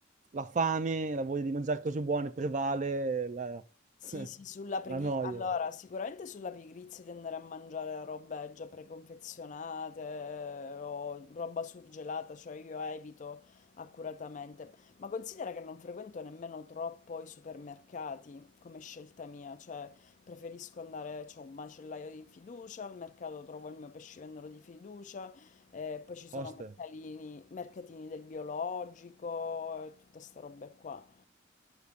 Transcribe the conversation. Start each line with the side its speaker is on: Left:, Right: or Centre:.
Right: la fame, la voglia di mangiare cose buone prevale la,
Left: Sì,
Right: <laughs>
Left: sì, sulla preghi-
Right: la noia.
Left: Allora, sicuramente sulla pigrizia di andare a mangiare robe già preconfezionate eh, o roba surgelata, cioè io evito accuratamente. Ma considera che non frequento nemmeno troppo i supermercati come scelta mia, cioè preferisco andare, c'è un macellaio di fiducia, al mercato trovo il mio pescivendolo di fiducia, eh, poi ci sono
Right: Oste.
Left: mercalini- mercatini del biologico e tutte queste robe qua.